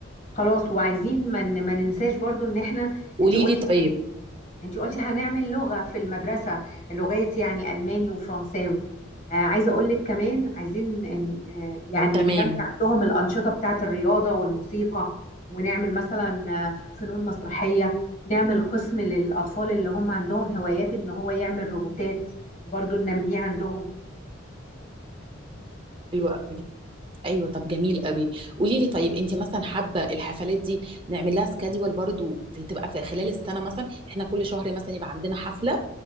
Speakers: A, on the left; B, on the right.
A: خلاص وعايزين ما ن- ما ننساش برضو ان احنا
B: قولي
A: انت قلتي
B: لي طيب
A: انت قلتي هنعمل لغة في المدرسة لغات يعني الماني وفرنساوي آه عايزة اقول لك كمان عايزين إن آه يعني
B: تمام
A: ننمي عندهم الأنشطة بتاعة الرياضة والموسيقى ونعمل مثلا آه فنون مسرحية نعمل قسم للأطفال اللي هم عندهم هوايات ان هو يعمل روبوتات برضو ننميها عندهم
B: حلو قوي ايوه طب جميل قوي قولي لي طيب انت مثلا حابه الحفلات دي نعمل لها سكادول برضو في تبقى في خلال السنه مثلا احنا كل شهر مثلا يبقى عندنا حفله